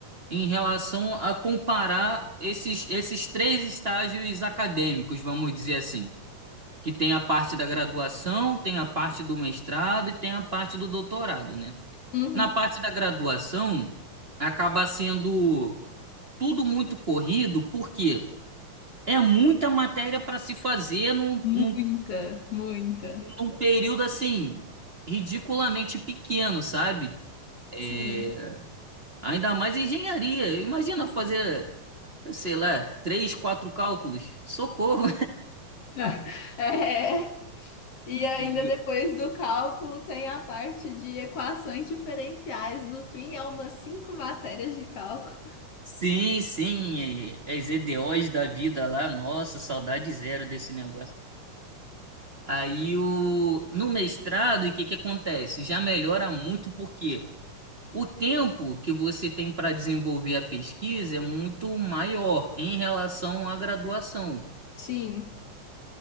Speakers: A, on the right; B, on the left.
A: em relação a comparar esses, esses três estágios acadêmicos, vamos dizer assim. que tem a parte da graduação, tem a parte do mestrado e tem a parte do doutorado, né?
B: Uhum.
A: Na parte da graduação, acaba sendo tudo muito corrido, porque é muita matéria para se fazer num, num,
B: Muita, muita.
A: num período assim, ridiculamente pequeno, sabe? É,
B: Sim.
A: ainda mais engenharia. Imagina fazer, sei lá, três, quatro cálculos. Socorro!
B: <laughs> É. E ainda
A: <laughs>
B: depois do cálculo tem a parte de equações diferenciais. No fim, é umas cinco matérias de cálculo.
A: Sim, sim, é- é as EDOs da vida lá, nossa, saudade zero desse negócio. Aí o no mestrado, o que que acontece? Já melhora muito porque o tempo que você tem para desenvolver a pesquisa é muito maior em relação à graduação.
B: Sim.